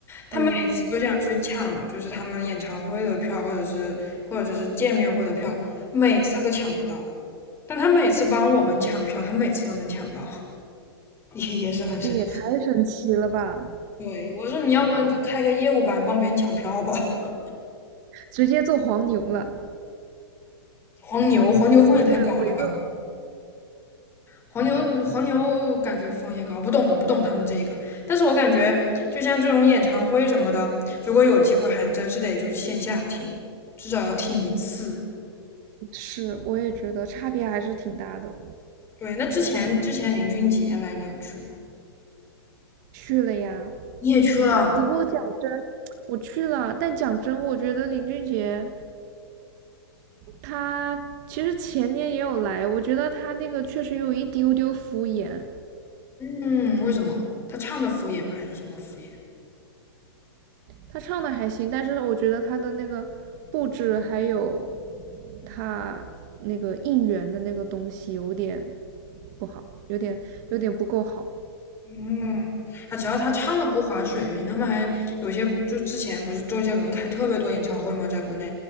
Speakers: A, on the left; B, on the right.
A: 他们。
B: 嗯嗯，嗯
A: 去抢，就是他们演唱会的票，或者是或者就是见面会的票，每次他都抢不到，但他每次帮我们抢票，他每次都能抢到，<laughs> 也也是很神奇。
B: 这也太神奇了吧！
A: 对，我说你要不然就开个业务吧，你帮别人抢票吧。<laughs>
B: 直接做黄牛了，
A: 黄牛，黄牛风险太高了吧？
B: 助人为乐。
A: 黄牛，黄牛感觉风险高，不懂，我不懂他们这一个。但是我感觉，就像这种演唱会什么的，如果有机会，还真是得就是线下听，至少要听一次。
B: 是，我也觉得差别还是挺大的。
A: 对，那之前之前林俊杰来你有去吗？
B: 去了呀，
A: 你也去了，
B: 不过讲真，我去了，但讲真，我觉得林俊杰他其实前年也有来，我觉得他那个确实有一丢丢敷衍，
A: 嗯，为什么？他唱的敷衍吗？还是什么敷衍？
B: 他唱的还行，但是我觉得他的那个布置还有他那个应援的那个东西有点不好，有点有点不够好。
A: 嗯，啊，只要他唱的不划水就行。他们还有些，就之前不是周杰伦开特别多演唱会嘛，在国内，